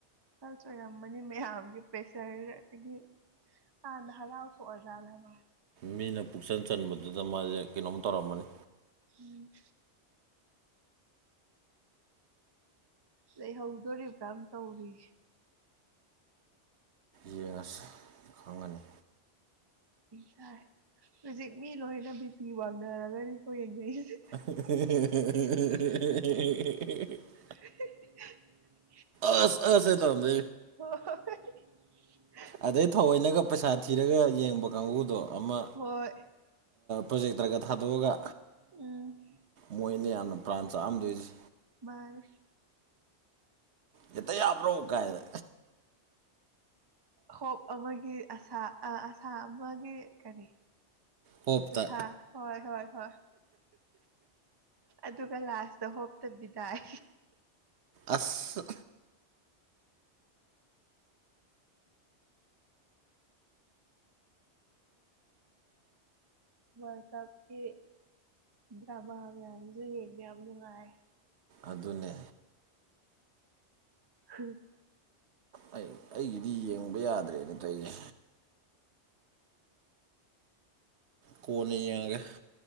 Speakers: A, on the right; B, on the right.
A: ꯍꯜꯆ ꯑꯣꯏꯔꯝꯕꯅꯤ ꯃꯌꯥꯝꯒꯤ ꯄ꯭ꯔꯦꯁꯔ ꯑꯗꯒꯤ ꯑꯥꯙ ꯂꯥꯎꯁꯨꯑꯖꯥꯂ ꯃꯥ
B: ꯃꯤꯅ ꯄꯨꯛꯆꯟ ꯆꯟꯕꯗꯨꯗ ꯃꯥꯁꯦ ꯀꯩꯅꯣꯝ ꯇꯧꯔꯝꯃꯅꯤ
A: ꯎꯝ ꯂꯩꯍꯧꯗꯣꯔꯤꯕ꯭ꯔꯥ ꯑꯃ ꯇꯧꯔꯤ
B: ꯌꯦꯡ ꯑꯁꯤ ꯈꯪꯉꯅꯤ
A: ꯇꯥꯏ ꯍꯧꯖꯤꯛ ꯃꯤ ꯂꯣꯏꯅ ꯕꯤ ꯄꯤ ꯋꯥꯡꯅꯔꯒꯗꯤ ꯑꯩꯈꯣꯏ ꯌꯦꯡꯅꯔꯤꯁꯦ
B: <unintelligible>
A: <unintelligible>
B: ꯑꯁ ꯑꯁ ꯑꯅ ꯇꯔꯝꯗ
A: <unintelligible> <unintelligible>
B: ꯑꯗꯩ ꯊꯑꯣꯏꯅꯒ ꯄꯩꯁꯥ ꯊꯤꯔꯒ ꯌꯦꯡꯕ ꯀꯥꯡꯕꯨꯗꯣ ꯑꯃ
A: ꯍꯣꯏ
B: ꯄ꯭ꯔꯣꯖꯦꯛꯇꯔꯒ ꯊꯥꯗꯣꯛꯑꯒ
A: ꯎꯝ
B: ꯃꯣꯏꯅ ꯌꯥꯝꯅ ꯄ꯭ꯔꯥꯟ ꯆꯥꯑꯝꯗꯣꯏꯁꯦ
A: ꯃꯥꯅꯦ
B: ꯍꯦꯛꯇ ꯌꯕ꯭ꯔꯣ ꯀꯥꯢꯅ
A: ꯍꯣꯞ ꯑꯃꯒꯤ ꯑꯁꯥ ꯑꯁꯥ ꯑꯃꯒꯤ ꯀꯔꯤ
B: ꯍꯣꯞꯇ
A: ꯑ ꯍꯣꯏ ꯍꯣꯏ ꯍꯣꯏ ꯑꯗꯨꯒ ꯂꯥꯁꯇ ꯍꯣꯞꯇꯕꯤꯗꯥꯏ
B: ꯑꯁ
A: ꯒꯔ ꯀꯞꯀꯤ ꯗ꯭ꯔꯃꯥ ꯃꯌꯥꯝꯁꯨ ꯌꯦꯡꯕ ꯌꯥꯝ ꯅꯨꯡꯉꯥꯏ
B: ꯑꯗꯨꯅꯦ
A: ꯎꯝ
B: ꯑꯩ ꯑꯩꯒꯤꯗꯤ ꯌꯦꯡꯕ ꯌꯥꯗ꯭ꯔꯦ ꯅꯠꯇ꯭ꯔ ꯑꯩꯁ ꯀꯣꯣꯟꯅ ꯌꯦꯡꯒ